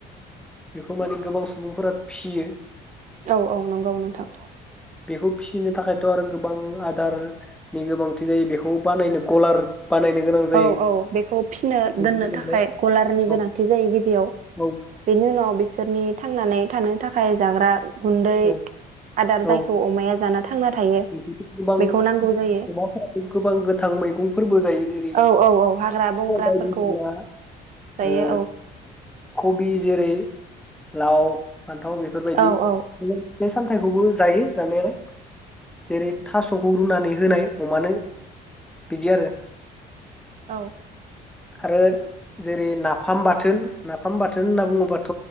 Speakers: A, in the centre; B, on the right.
A: बेखौ माने गोबां सुबुंफोरा फियो।
B: औ औ नंगौ नोंथां।
A: बेखौ फिसिनो थाखायथ आरो गोबां आदारनि गोबांथि जायो बेखौ बानायनो गलार बानायनो गोनां जायो
B: औ औ बेखौ फिसिनो
A: बिदि
B: दोननो
A: माने
B: थाखाय गलारनि
A: औ
B: गोनांथि जायो गिबियाव
A: औ
B: बेनि उनाव बिसोरनि थांनानै थानो थाखाय जाग्रा गुन्दै
A: औ
B: आदार जायखौ
A: औ औ
B: अमाया जाना थांना थायो
A: <unintelligible> गोबां
B: बेखौ नांगौ
A: अमाफोरो
B: जायो
A: गोबां गोथां मैगंफोरबो जायो। जेरै
B: औ औ औ हाग्रा बंग्राफोरखौ
A: बायदिसिना
B: जायो
A: ओ कबि जेरै लाव फान्थाव बेफोरबायदि
B: औ औ
A: फिथाइ सामथाइखौबो जायो जानायालाय जेरै थासखौ रुनानै होनाय अमानो बिदि आरो
B: औ
A: आरो जेरै नाफाम बाथोन नाफाम बाथोन होनना बुङोबाथ